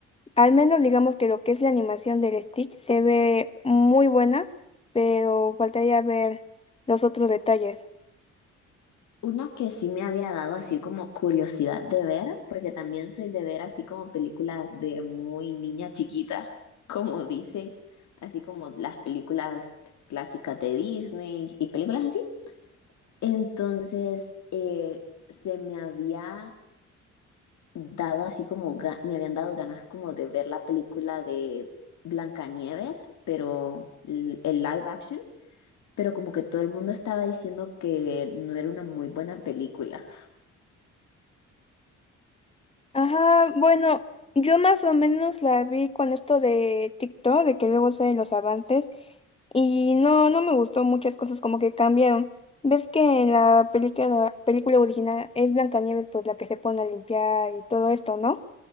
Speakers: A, on the left (about 20°); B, on the left (about 70°).
A: Al menos digamos que lo que es la animación del Stitch se ve muy buena, pero faltaría ver los otros detalles.
B: Una que sí me había dado así como curiosidad de ver, porque también soy de ver así como películas de muy niña chiquita, <laughs> como dicen, así como las películas clásicas de Disney y películas así. Entonces, eh, se me había dado así como, ga- me habían dado ganas como de ver la película de Blancanieves, pero l- el live action, pero como que todo el mundo estaba diciendo que no era una muy buena película.
A: Ajá, bueno, yo más o menos la vi con esto de TikTok, de que luego salen los avances, y no, no me gustó muchas cosas como que cambiaron. ¿Ves que en la película, película original es Blancanieves pues la que se pone a limpiar y todo esto, ¿no?